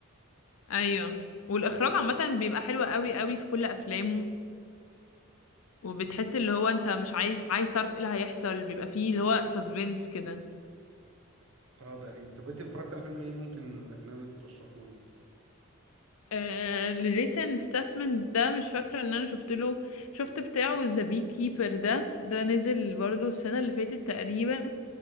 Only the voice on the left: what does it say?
ايوه والاخراج عامه بيبقى حلو قوي قوي في كل افلامه وبتحس اللي هو انت مش عايز عايز تعرف ايه اللي هيحصل بيبقى فيه اللي هو سسبنس كده
آه... جيسون ستاسمن ده مش فاكره ان انا شفت له شفت بتاعه ذا بي كيبر ده ده نزل برضو السنه اللي فاتت تقريبا